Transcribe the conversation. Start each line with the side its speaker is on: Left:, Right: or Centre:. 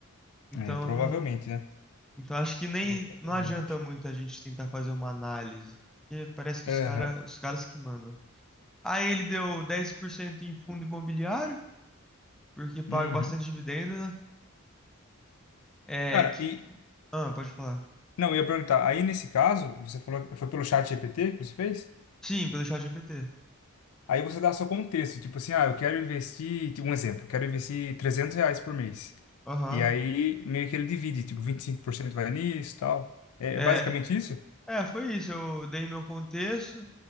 Centre: Então
Left: É, provavelmente,
Centre: não,
Left: né?
Centre: então acho que nem
Left: Provavelmente.
Centre: não adianta muito a gente tentar fazer uma análise, porque parece que
Left: Aham.
Centre: os cara, os caras que mandam. Aí ele deu 10% em fundo imobiliário, porque paga
Left: Uhum.
Centre: bastante dividendo, É,
Left: Cara,
Centre: que.
Left: e.
Centre: Ah, pode falar.
Left: Não, eu ia perguntar. Aí, nesse caso, você falou que foi pelo chat GPT que você fez?
Centre: Sim, pelo chat GPT.
Left: Aí você dá seu contexto. Tipo assim, ah, eu quero investir. tipo, Um exemplo, eu quero investir 300 reais por mês.
Centre: Aham.
Left: E aí, meio que ele divide. Tipo, 25% vai nisso e tal. É, é
Centre: É.
Left: basicamente isso?
Centre: É, foi isso. Eu dei meu contexto.